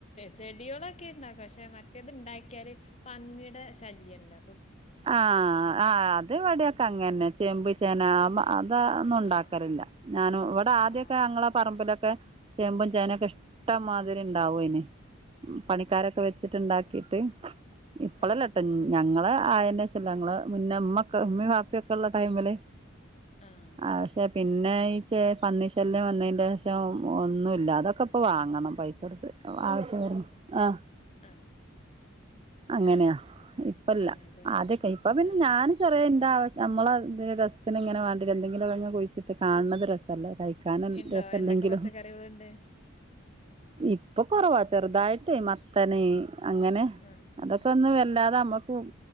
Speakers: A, on the left; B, on the right.
A: ചെടികളൊക്കെണ്ടാക്കാ പക്ഷെ മറ്റെത് ഇണ്ടാക്കിയാല് പന്നിടെ ശല്യണ്ടാ
B: ആഹ് ആഹ് അത് ഇവടെക്കെ അങ്ങന്നെ ചേമ്പ്, ചേന അമ്മാ അ പ്പഹ് ഒന്നും ഇണ്ടാക്കലില്ല
A: ആ
B: ഞാനും ഇവടെ ആദ്യൊക്കെ
A: ആ ആ
B: ഞങ്ങളെ പറമ്പിലെ ക്കെ ചേമ്പും ചേനൊക്കെ ഇഷ്ടമാതിരി ഇണ്ടാവോനി ഉം പണിക്കാരെക്കെ വെച്ചിട്ട്ണ്ടാ ക്കീട്ട് ഇപ്പളല്ലട്ടൊ
A: ആ
B: ഞങ്ങള് ആയേ ന്റെഷല്ലാ ഞങ്ങളെ മുന്നേ ഇമ്മക്കെ ഇമ്മിം പാപ്പിയൊക്കെള്ള ടൈമില്
A: ആഹ്
B: ആ പക്ഷെ പിന്നെ ഈ ചേ പന്നിശല്യം വന്നേന്റേഷം ഒന്നുല്ല അതൊക്ക പ്പം വാങ്ങണം പൈസൊട്ത്ത് ആവശ്യ വരും ആഹ്
A: ആഹ്
B: അങ്ങനെയാ ഇപ്പല്ല.
A: അങ്ങനെ തന്നെ
B: ആദ്യക്കെ ഇപ്പ പിന്നെ
A: ആ
B: ഞാന് ചെറിയ ഇന്റെ ആവ നമ്മള തെ രസത്തിന് ഇങ്ങന വാണ്ടിഎന്തെങ്കിലുങ്ങനെ കുഴി കാൺണത് രസല്ലേ. കഴിക്കാനും
A: ഉണ്ടോ
B: രസല്ലെങ്കിലും
A: എന്തൊക്കെ പച്ചക്കറികളുണ്ട്
B: ഇ ഇപ്പ കൊറവാ ചെറുതായിട്ട് മത്തന്, അങ്ങനെ
A: ആഹ്
B: അതൊക്കെ ഒന്നു
A: ആഹ്
B: വല്ലാതെ നമ്മക്ക് ഉം